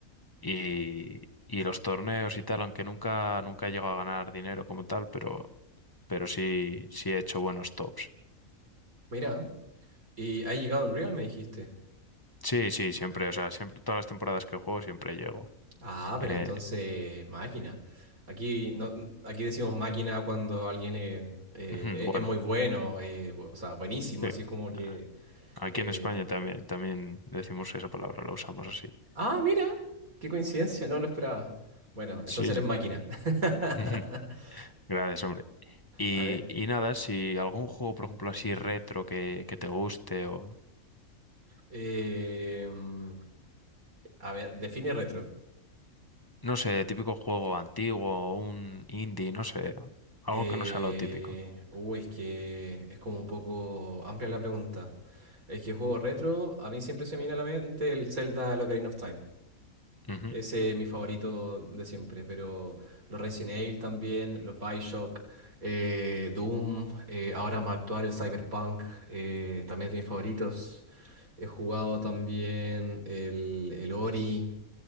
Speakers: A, on the left (about 15°); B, on the right (about 80°).
A: Y, y los torneos y tal, aunque nunca, nunca he llegado a ganar dinero como tal, pero, pero sí, sí he hecho buenos tops.
B: Mira, y ha llegado Unreal, me dijiste.
A: Sí, sí, siempre, o sea, siempre, todas las temporadas que juego siempre llego.
B: Ah, pero
A: Eh,
B: entonces, máquina. Aquí, no, n- aquí decimos máquina cuando alguien eh, eh,
A: Ujú, Bueno,
B: es muy bueno, eh, bu- o sea, buenísimo,
A: sí.
B: así como que...
A: Ah, Aquí
B: eh,
A: en España también, también decimos esa palabra, la usamos así.
B: Ah, mira, qué coincidencia, no lo esperaba. Bueno,
A: Sí,
B: entonces eres
A: sí.
B: máquina. <laughs>
A: Ujú. Gracias, hombre. Y,
B: A ver,
A: y nada, si algún juego, por ejemplo, así retro que, que te guste o,
B: eh, mm, a ver, define retro.
A: no sé, típico juego antiguo o un indie, no sé, algo
B: Eh,
A: que no sea lo típico.
B: uy, es que es como un poco amplia la pregunta. Es que juego retro, a mí siempre se me viene a la mente el Zelda, el Ocarina of Time.
A: Ujú.
B: Ese es mi favorito de siempre, pero los Resident Evil también, los BioShock, eh, Doom, eh, ahora más actual el Cyberpunk, eh, también es de mis favoritos. He jugado también el, el Ori,